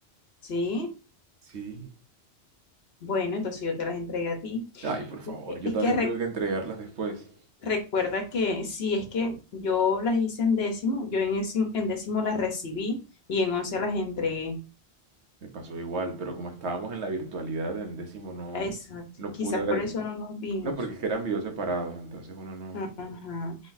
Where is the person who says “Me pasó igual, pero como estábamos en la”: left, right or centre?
Right